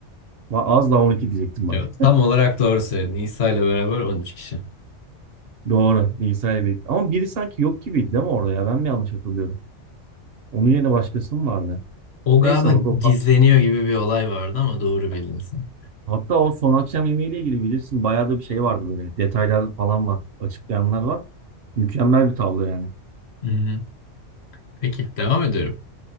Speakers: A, on the right; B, on the left.
A: Va- Az daha 12 diyecektim bak.
B: Evet, tam olarak doğru söyledin. İsa ile beraber 13 kişi.
A: Doğru. İsa'yı bekledim. Ama biri sanki yok gibiydi değil mi orada ya? Ben mi yanlış hatırlıyorum? Onun yerine başkası mı vardı?
B: O galiba
A: Neyse bak o
B: gizleniyor gibi bir olay vardı ama doğru bildin sen.
A: Hatta o son akşam yemeğiyle ilgili bilirsin bayağı da bir şey vardı böyle. Detaylar falan var. Açıklayanlar var. Mükemmel bir tablo yani.
B: Hı hı. Peki, devam ediyorum.